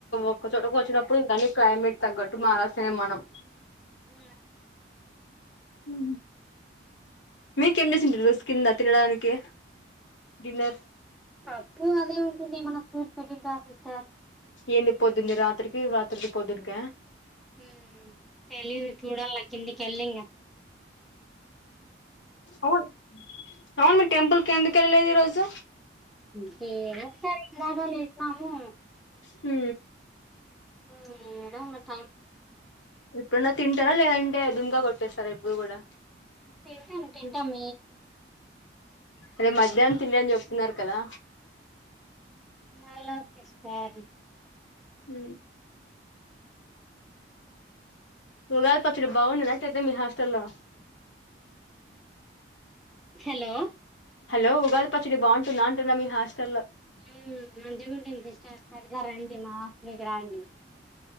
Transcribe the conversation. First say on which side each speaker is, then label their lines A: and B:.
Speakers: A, on the left; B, in the centre.
A: ఒక్క చోటకు వచ్చినప్పుడు ఇ కానీ క్లైమేట్ తగ్గట్టు మారాల్సిన మనం
B: ఉ
A: హ మీకం చి రుస్ కింద తినడానికి డిన్నర్
B: పప్పు అదే ఉంటుంది మన స్కూట్ పెట్టింటా సిస్టర్
A: ఎందు పోద్దుంది రాత్రికి రాత్రికి పోద్దుక
B: ఉ తెలిదు చూడాలి కిందికి వెళ్ళింగా
A: అవును అవును మీ టెంపుల్ క ఎందుకు వెళ్ళలేదు ఈరోోజు
B: ఇంకేమ సారు ఇందాగా లేస్తాము
A: హ
B: ఉ ఆడ
A: ఇప్పుడున్న తింటారా లేదంటే దుమ్గా కొట్టేస్తారా ఎప్పుడు కూడా
B: టంటా తంటా మ
A: అదే మధ్యాహ్నం తింలే అని చెప్తున్నారు కదా
B: నాల సిస్టర్
A: హ ఉగాది పచ్చడి బాగుండన్నట్ట అయితే మీ హాస్టల్ల్లో
B: హలో
A: హలో ఉగాది పచ్చడి బాగుంటుంద అంటున్నా మీ హాస్టల్లో
B: ఉ మంచిగానే ఉంటుంది ఇష్ట పెడతారంండి మా ఆ మీకి రాడి